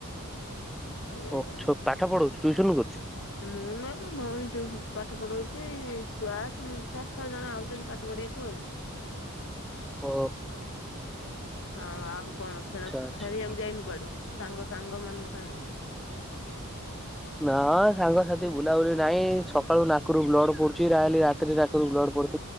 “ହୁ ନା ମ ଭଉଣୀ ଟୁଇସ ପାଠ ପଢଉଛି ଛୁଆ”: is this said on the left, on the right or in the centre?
Left